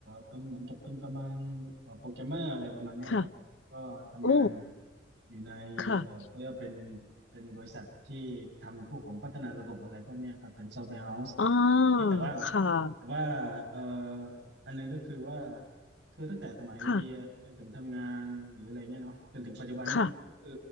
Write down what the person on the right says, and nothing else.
เป็นเหมือนกับเป็นประมาณเอ่อโปรแกรมเมอร์อะไรประมาณเนี้ยครับก็ทำงาน
อยู่ใน
เอ่อเขาเรียกว่าเป็นเป็นบริษัทที่ทำพวกของพัฒนาระบบอะไรพวกเนี้ยครับเป็นซอฟต์แวร์เฮาส์
แต่ว่า
แต่ว่าเอ่ออันหนึงก็คือว่าคือตั้งแต่สมัยเรียนจนถึงทำงานหรืออะไรเงี้ยเนาะจนถึงปัจจุบันเนี่ยก็คือ